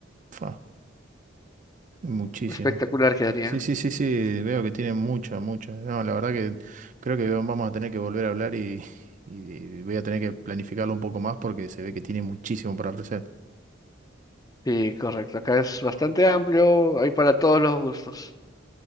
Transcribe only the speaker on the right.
fa, es muchísimo.
Sí, sí, sí, sí, veo que tienen mucho, mucho. No, la verdad que creo que vamos a tener que volver a hablar y, y voy a tener que planificarlo un poco más porque se ve que tiene muchísimo para ofrecer.